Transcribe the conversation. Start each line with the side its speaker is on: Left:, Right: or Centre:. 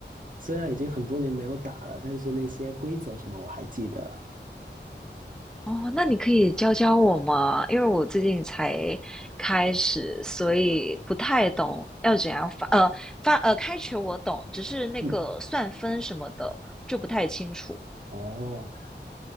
Right: 虽然已经很多年没有打了，但是那些规则什么我还记得。
Centre: 哦，那你可以教教我吗？因为我最近才开始，所以不太懂要怎样发，呃，发，呃，开球我懂，只是那个算分什么的就不太清楚。
Right: 嗯，哦，